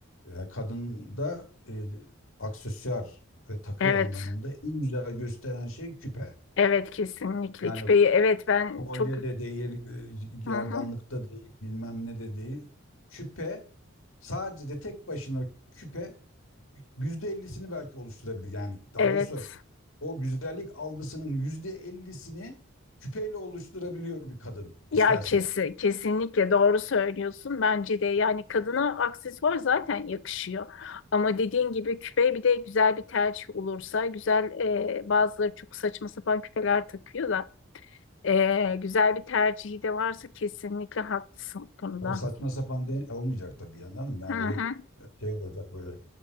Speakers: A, on the left; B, on the left.
A: e, kadında e, aksesuar ve takı
B: Evet,
A: anlamında en güzel gösteren şey küpe.
B: evet kesinlikle
A: Yani
B: küpeyi. Evet ben
A: kolye
B: çok...
A: de değil, e, gerdanlıkta
B: Hı hı,
A: değil, bilmem ne de değil. Küpe sadece de tek başına küpe yüzde ellisini belki oluşturabilir. Yani daha
B: evet.
A: doğrusu o güzellik algısının yüzde ellisini küpeyle oluşturabiliyor bir kadın
B: Ya
A: isterse.
B: kesin, kesinlikle doğru söylüyorsun. Bence de yani kadına aksesuar zaten yakışıyor. Ama dediğin gibi küpe bir de güzel bir tercih olursa güzel e, bazıları çok saçma sapan küpeler takıyor da e, güzel bir tercihi de varsa kesinlikle haklısın bunda.
A: Abi saçma sapan de olmayacak tabii yani hanım. Yani
B: Hı hı.
A: öyle şey olacak böyle